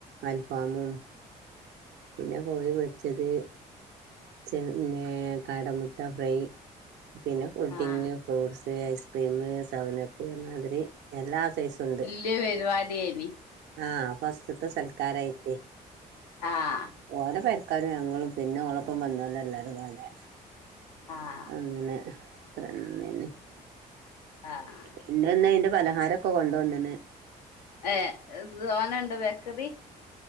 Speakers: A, on the right; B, on the left.
A: അൽഫാമും. പിന്നെ കോയി പൊര്ച്ചത്. ചെ പിന്നെ കാട മുട്ട ഫ്രൈ. പിന്നെ പുഡ്ഡിംഗ്,
B: ആഹ്
A: ഫ്രൂട്ട്സ്, ഐസ്ക്രീമ്, സെവൻ അപ് പർഞ്ഞാതിരി എല്ലാ സൈസു ണ്ട്.
B: ല്യ പരിപാട്യേനി.
A: ആഹ് ഫസ്റ്റ്ത്തെ സൽക്കാരായിട്ടെ
B: ആഹ്
A: ഓലെ പെരക്കാരും ഞങ്ങളും പിന്നെ ഓളൊപ്പം വന്നോലെല്ലാരും പാടെ
B: ആഹ്
A: അങ്ങനെ <unintelligible>
B: ആഹ്
A: പിന്നെന്ന് അയിന്റെ പലഹാരൊക്കെ കൊണ്ടുവന്നണ്
B: ഏഹ് തോനെ ഉണ്ടോ ബേക്കറി